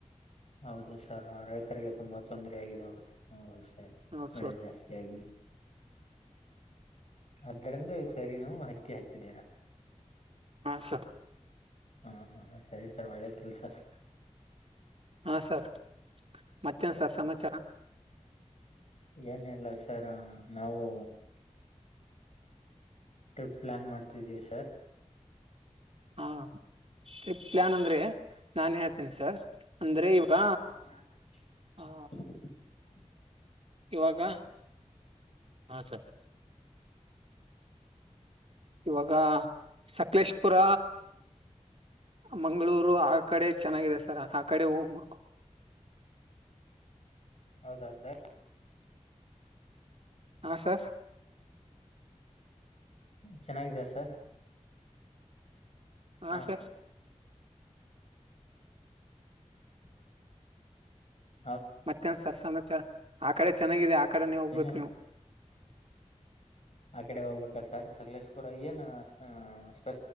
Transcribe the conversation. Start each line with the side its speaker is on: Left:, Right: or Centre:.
Left: ಹೌದು ಸರ್ ರೈತರಿಗೆ ತುಂಬಾ ತೊಂದರೆ ಆಗಿದೆ ಹ.
Right: ಹ
Left: ಮಳೆ
Right: ಸರ್
Left: ಜಾಸ್ತಿ ಆಗಲಿ. ಆದ್ದರಿಂದ ಈ ಸರಿನೂವು ಮಾಹಿತ್ಯ ಹಾಕಿದ್ದೀರಾ.
Right: ಹಾ ಸ.
Left: ಹ್ಮ ಹಾ ಸರಿ ಸರ್ ಒಳ್ಳೆ ಕೆಲ್ಸರ್.
Right: ಹಾ ಸರ್. ಮತ್ತ್ಯಾನ್ ಸರ್ ಸಮಾಚಾರ.
Left: ಏನಿಲ್ಲ ಸರ್ ನಾವು. ಟ್ರಿಪ್ ಪ್ಲಾನ್ ಮಾಡ್ತಿದವಿ ಸರ್.
Right: ಹಾ. ಟ್ರಿಪ್ ಪ್ಲಯಾನ್ ಅಂದ್ರೆ ನಾನನ್ ಏನ್ ಹೇಳ್ತೀನಿ ಸರ್.
Left: ಹ.
Right: ಅಂದ್ರೆ ಇವಾಗ ಆ ಇವಾಗ ಹಾ ಸರ್. ಇವಾಗ ಸಕಲೇಶಪುರ ಮಂಗಳೂರು ಆ ಕಡೆ ಚೆನ್ನಾಗಿದೆ. ಸರ ಆ ಕಡೆ ಹೋಗ್ಬೇಕು.
Left: ಹೌದಾ ಸರ್.
Right: ಹಾ ಸರ್.
Left: ಚೆನ್ನಾಗಿದಾ ಸರ್.
Right: ಹ
Left: ಹಾ
Right: ಸ.
Left: ಸರ್ ಹ.
Right: ಮತ್ತೆ ಒಂದ ಸರ್ ಸಮಾಚಾರ. ಆ ಕಡೆ ಚೆನ್ನಾಗಿದೆ ಆ. ಕಡೆನೆೇ ಹೋಗ್ಬೇಕು
Left: ಏನಿಲ್ಲ
Right: ನೀವು.
Left: ಆ ಕಡೆ ಹೋಗ್ಬೇಕ ಸರ್ ಸಕಲೇಶ್ಪುರ ಏನು ಸ್ಪ